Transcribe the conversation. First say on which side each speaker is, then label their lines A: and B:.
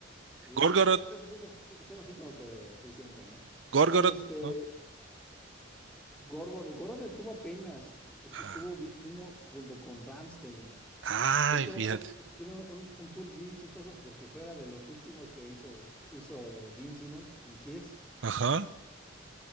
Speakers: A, in the centre; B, on the right.
A: Sí,
B: Gorgoroth,
A: sí. Es- es- es- son así como que así siempre, ¿no?
B: Gorgoroth,
A: Y este.
B: ¿no?
A: Gorgoroth, Gorgoroth estuvo apenas, es-
B: Ah,
A: estuvo, vi- vino junto con Ramstein
B: Ay,
A: De hecho,
B: fíjate.
A: u- hicieron un, un tour bien chistoso porque fuera de los últimos que hizo, hizo Gene Simmons con Kiss
B: Ajá.